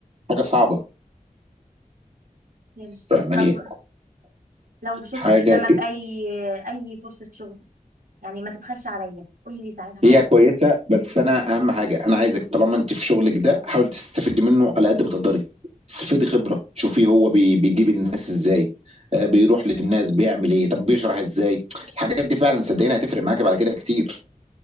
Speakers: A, on the right (about 50°); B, on the right (about 85°).
A: حاجه صعبه
B: غير-
A: فاهماني
B: طب لو شفت
A: حاجه
B: قدامك اي اي فرصة شغل يعني ما تبخلش عليا قولي لي ساعتها
A: هي
B: على طول
A: كويسه بس انا اهم حاجه انا عايزك طالما انت في شغلك ده حاول تستفيدي منه على قد ما تقدري استفيدي خبره شوفي هو بي بيجيب الناس ازاي آه، بيروح للناس بيعمل ايه طب بيشرح ازاي الحاجات دي فعلا صدقيني هتفرق معاكي بعد كده كتير